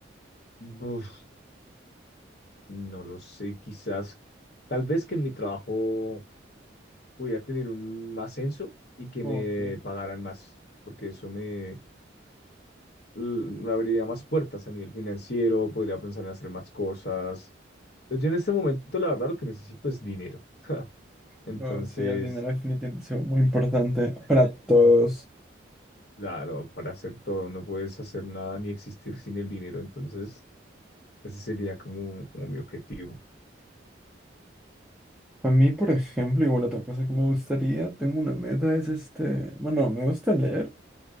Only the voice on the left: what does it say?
buf, no lo sé, quizás, tal vez que en mi trabajo pudiera tener un ascenso y que
me pagaran más, porque eso me l- abriría más puertas a nivel financiero, podría pensar en hacer más cosas. Entonces, yo en este momento, la verdad, lo que necesito es dinero. <laughs> Entonces,
claro, para hacer todo no puedes hacer nada ni existir sin el dinero. Entonces, ese sería como, como mi objetivo.